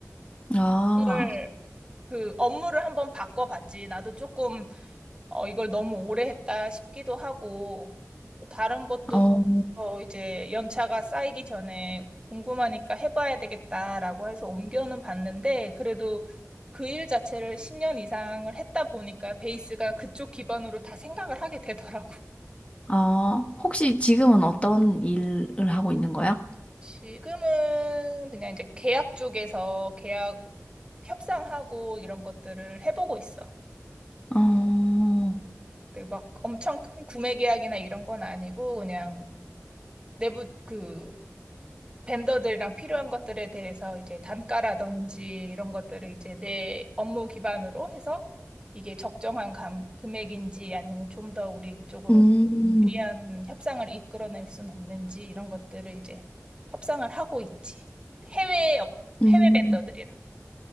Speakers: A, on the left; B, on the right.
A: 아,
B: 정말 그 업무를 한번 바꿔봤지. 나도 조금 어, 이걸 너무 오래 했다 싶기도 하고 또 다른 것도
A: 어,
B: 어, 이제 연차가 쌓이기 전에 궁금하니까 해봐야 되겠다라고 해서 옮겨는 봤는데 그래도 그 일 자체를 10년 이상을 했다 보니까 베이스가 그쪽 기반으로 다 생각을 하게 되더라고. <laughs>
A: 아, 혹시 지금은 어떤 일을 하고 있는 거야?
B: 지금은 그냥 이제 계약 쪽에서 계약 협상하고 이런 것들을 해보고 있어.
A: 어, 어,
B: 근데 막 엄청 큰 구매 계약이나 이런 건 아니고 그냥 내부 그 벤더들이랑 필요한 것들에 대해서 이제 단가라든지 이런 것들을 이제 내 업무 기반으로 해서 이게 적정한 감, 금액인지 아니면 좀 더 우리 쪽으로
A: 음,
B: 유리한 협상을 이끌어낼 수는 없는지 이런 것들을 이제 협상을 하고 있지. 해외 업-
A: 음,
B: 해외 벤더들이랑.